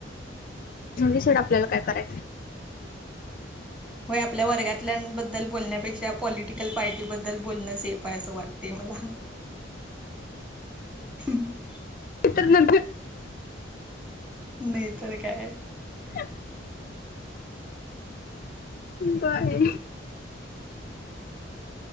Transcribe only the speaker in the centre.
होय.
होय आपल्या वर्गातल्यांबद्दल बोलण्यापेक्षा पॉलिटिकल पार्टीबद्दल बोलणं सेफ आहे असं वाट ते मला <unintelligible>
नाही तर काय